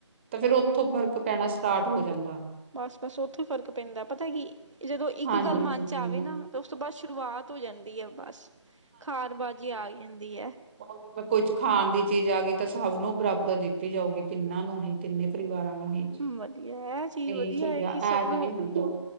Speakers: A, on the right; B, on the right.
A: ਤਾਂ ਫੇਰ ਓਥੋਂ ਫ਼ਰਕ ਪੈਨਾ ਸਟਾਟ ਹੋ ਜਾਂਦਾ।
B: ਬਸ-ਬਸ ਓਥੋਂ ਈ ਫ਼ਰਕ ਪੈਂਦਾ ਪਤਾ ਕੀ ਜਦੋਂ ਇੱਕ
A: ਹਾਂਜੀ
B: ਗੱਲ
A: ਹਾਂਜੀ
B: ਮਨ ਚ ਆਵੇ ਨਾ ਤੇ ਉਸ ਤੋਂ ਬਾਅਦ ਸ਼ੁਰੂਆਤ ਹੋ ਜਾਂਦੀ ਐ ਬਸ ਖਾਰਬਾਜੀ ਆ ਜਾਂਦੀ ਐ।
A: ਹੋਰ ਕੁਛ ਖਾਨ ਦੀ ਚੀਜ਼ ਆ ਗਈ ਤਾਂ ਸਬ ਨੂੰ ਬਰਾਬਰ ਦਿੱਤੀ ਜਾਊਗੀ ਤਿੰਨਾਂ ਨੂੰ ਹੀ ਤਿੰਨੇ ਪਰਿਵਾਰਾਂ ਨੂੰ। ਏਹੀ
B: ਵਧੀਆ ਇਹ ਚੀਜ਼ ਵਧੀਆ
A: ਸਹੀ
B: ਹੈ
A: ਗਾ
B: ਕਿ
A: ਐਵੇ
B: ਸਭ ਨੂੰ
A: ਵੀ ਨੀ ਹੁੰਦਾ।